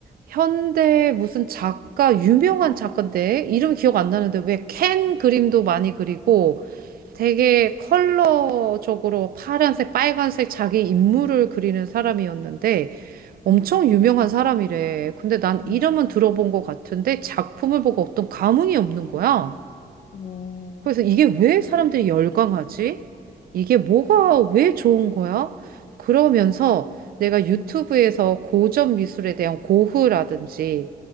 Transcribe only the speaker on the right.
현대 무슨 작가, 유명한 작가인데, 이름 기억 안 나는데 왜 캔 그림도 많이 그리고 되게 컬러적으로 파란색, 빨간색 자기 인물을 그리는 사람이었는데 엄청
유명한 사람이래. 근데 난
이름은 들어본 것 같은데 작품을 보고 어떤 감흥이 없는 거야.
그래서 이게 왜 사람들이 열광하지? 이게 뭐가 왜 좋은 거야? 그러면서 내가 유튜브에서
고전 미술에 대한 고흐라든지